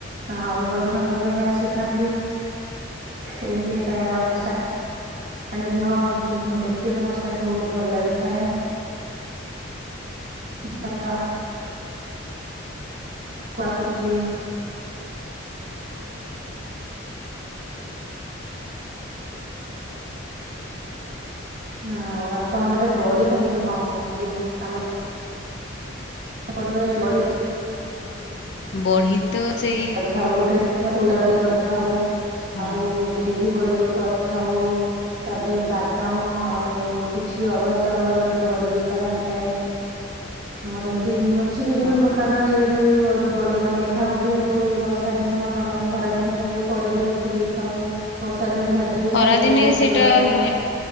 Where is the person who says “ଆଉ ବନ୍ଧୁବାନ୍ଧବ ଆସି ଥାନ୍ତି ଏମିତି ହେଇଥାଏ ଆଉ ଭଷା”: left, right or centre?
Right